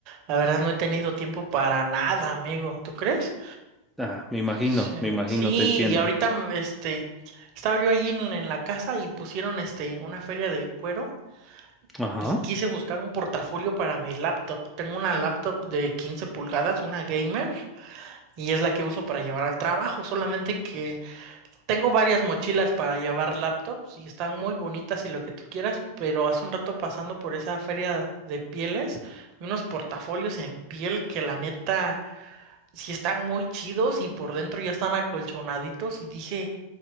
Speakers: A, on the right (about 40°); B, in the centre.
A: La verdad no he tenido tiempo para nada, amigo, ¿tú crees?
B: Ah, me imagino,
A: Sí,
B: me imagino,
A: sí,
B: te entiendo.
A: y ahorita mm, este estaba yo ahí en, en la casa y pusieron este una feria del cuero
B: Ajá.
A: y quise buscar un portafolio para mi laptop. Tengo una laptop de 15 pulgadas, una gamer, y es la que uso para llevar al trabajo, solamente que Tengo varias mochilas para llevar laptops y están muy bonitas y lo que tú quieras, pero hace un rato pasando por esa feria de pieles, vi unos portafolios en piel que la neta sí están muy chidos y por dentro ya están acolchonaditos y dije,